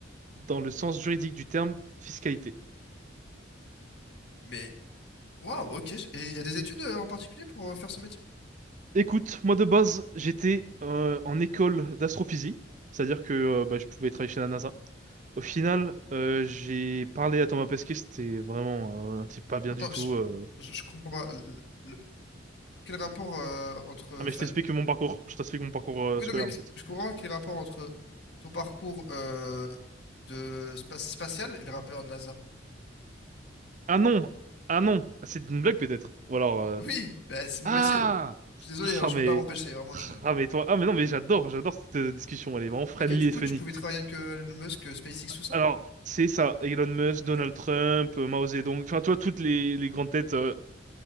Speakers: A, on the right; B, on the left.
A: dans le sens juridique du terme fiscalité.
B: Mais Waouh, ok. Et il y a des études euh, en particulier pour euh, faire ce métier?
A: Écoute, moi de base, j'étais euh, en école d'astrophysique, c'est-à-dire que euh, bah, je pouvais travailler chez la NASA. Au final, euh, j'ai parlé à Thomas Pesquet, c'était vraiment euh, un type pas bien
B: Attends,
A: du tout.
B: je,
A: euh.
B: je, je comprends pas. Le- le- quel rapport euh, entre
A: Ah mais
B: faire
A: je t'explique
B: une-
A: mon parcours, je t'explique mon parcours euh,
B: Oui,
A: scolaire
B: non, mais
A: en fait.
B: je comprends pas quel rapport entre ton parcours euh, de spa- spatial et le rappeur de NASA.
A: Ah non, ah non, Ah, c'est une blague peut-être. Ou alors,
B: <laughs>
A: euh,
B: Oui, bah, c'est mon
A: ah,
B: métier. Je suis désolé, hein,
A: ah
B: je
A: mais,
B: peux pas m'empêcher, vraiment. Je...
A: ah mais toi, ah mais non mais j'adore, j'adore cette euh, discussion, elle est vraiment friendly
B: Ok, du
A: et
B: coup,
A: funny.
B: tu pouvais travailler avec euh, Elon Musk, euh, SpaceX, tout ça?
A: Alors c'est ça, Elon Musk,
B: Ok,
A: Donald Trump, euh, Mao Zedong, enfin toi toutes les, les grandes têtes euh,